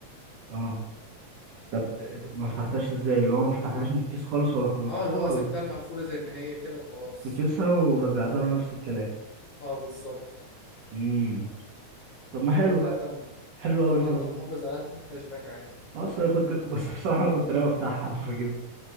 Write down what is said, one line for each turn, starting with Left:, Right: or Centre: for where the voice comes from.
Right: اه طب ما فتحتهاش ازاي اللي هو ما فتحتهاش من الكيس خالص ولا خرجتها
Left: اه اللي هو
Right: ولا
Left: سبتها مقفولة زي ما هي كده وخلاص
Right: في كيسها ورجعتها له نفس الكلام
Left: اه بالظبط
Right: امم طب ما حلو
Left: طول ما انت
Right: حلو قوي
Left: طول
Right: الحوار
Left: ما انت محافظ عليها تاخد كاش باك عادي
Right: اصلا كنت بس بصراحه انا كنت ناوي افتحها على فكره